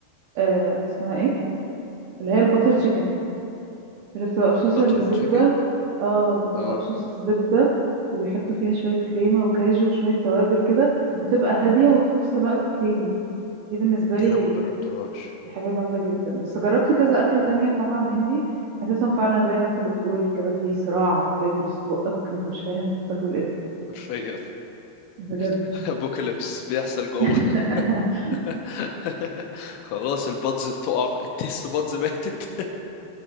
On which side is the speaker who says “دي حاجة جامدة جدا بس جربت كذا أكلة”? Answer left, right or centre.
Right